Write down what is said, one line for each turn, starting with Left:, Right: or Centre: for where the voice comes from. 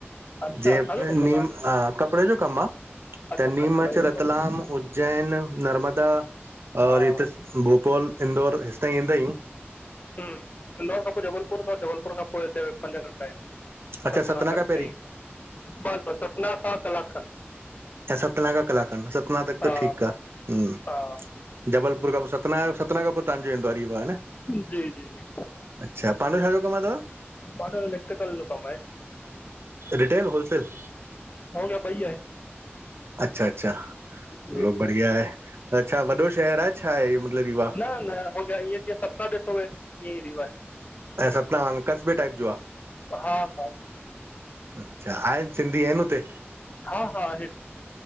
Left: अच्छा
Right: जेप्रेल
Left: छा जो कमु अथव
Right: मीन?
Left: तव्हांजो
Right: अ कपड़े जो कम आ।
Left: अच्छा
Right: तॾी
Left: कपिड़े
Right: मां चयो,
Left: जो
Right: रतलाम,
Left: कमु अथव
Right: उज्जैन, नर्मदा और
Left: हा
Right: हित
Left: हम्म,
Right: असां, भोपाल, इंदौर हेसतांईं ईंदायूं।
Left: हूं, इंदौर खां पो जबलपुर थव, जबलपुर खां पोइ हिते पंज घंटा एन।
Right: अच्छा
Left: सतना, कटनी
Right: खां पहिरीं
Left: बस बस, सतना खां कलाक खन।
Right: अच्छा, सतना खां कलाकखन, सतना तक
Left: हा
Right: त ठीक आ, हूं
Left: हा
Right: जबलपुर खां पो सतना आयो, सतना खां पो तहांजो ईंदो आ रीवा न?
Left: जी जी जी
Right: अच्छा, पांजो छाजो कम आ दादा?
Left: पांजो इलेक्ट्रिकल जो कम आहे।
Right: Retail wholesale?
Left: हो, ॿई आहिन।
Right: अच्छा अच्छा
Left: जी
Right: हलो
Left: जी
Right: बढ़िया आहे, त छा वॾो शहर आ छा, छाहे मतलब रीवा?
Left: न न, हो ईअं जीअं सतना ॾिठो वे, ईअंईं रीवा आहे।
Right: अछा, सतना वांगे, कस्बे टाइप जो आ?
Left: हा हा
Right: अच्छा, आहिन सिंधी आहिन हुते?
Left: हा, दादा आहिन।